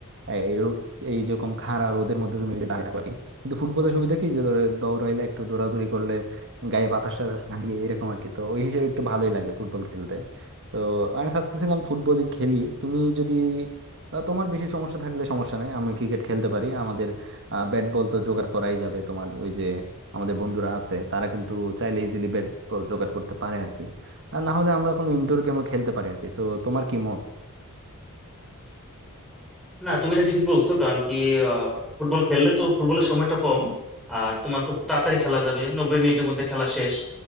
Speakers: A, on the right (about 55°); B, in the centre.
A: এ- এই রো- এই যেরকম খাড়া রোদের মধ্যে তুমি যদি দাঁড়ায় থাকো আর কি। কিন্তু ফুটবলের সুবিধা কি যে ধরো দৌড়াইলে একটু দৌড়াদৌড়ি করলে গায়ে বাতাস টাতাস লাগে এরকম আর কি তো ওই হিসেবে একটু ভালোই লাগে ফুটবল খেলতে তো আমি ভাবতেছিলাম ফুটবলই খেলি তুমি যদি আহ, তোমার বেশি সমস্যা থাকলে সমস্যা নেই আমি ক্রিকেট খেলতে পারি আমাদের ব্যাট বল তো জোগাড় করাই যাবে তোমার ওই যে আমাদের বন্ধুরা আছে তারা কিন্তু চাইলে ইজিলি ব্যাট বল জোগাড় করতে পারে আর কি আর না হলে আমরা কোনো ইনডোর গেমও খেলতে পারি আর কি তো তোমার কি মত
B: না তুমি এটা ঠিক বলছো কারণ কি আহ, ফুটবল খেললে তো ফুটবলের সময়টা কম আর তোমার খুব তাড়াতাড়ি খেলা যাবে নব্বই মিনিটের মধ্যে খেলা শেষ